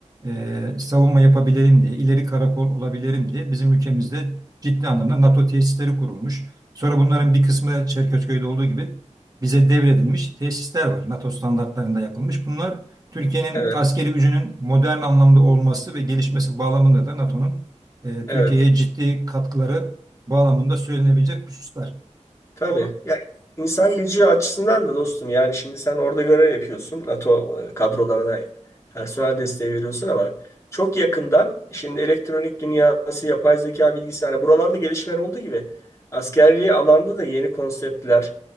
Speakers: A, on the right (about 30°); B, on the left (about 25°).
A: e, savunma yapabilirim diye, ileri karakol olabilirim diye bizim ülkemizde ciddi anlamda NATO tesisleri kurulmuş. Sonra bunların bir kısmı Çerkezköy'de olduğu gibi bize devredilmiş tesisler var. NATO standartlarında yapılmış. Bunlar Türkiye'nin
B: evet,
A: askeri gücünün modern anlamda olması ve gelişmesi bağlamında da NATO'nun e, Türkiye'ye
B: evet.
A: ciddi katkıları bağlamında söylenebilecek hususlar.
B: Tabii.
A: Bu
B: Ya insan gücü açısından da dostum yani şimdi sen orada görev yapıyorsun. NATO e, kadrolarına personel desteği veriyorsun ama çok yakından şimdi elektronik dünyası, yapay zeka, bilgisayar hani buralarda gelişmeler olduğu gibi askerliği alanda da yeni konseptler,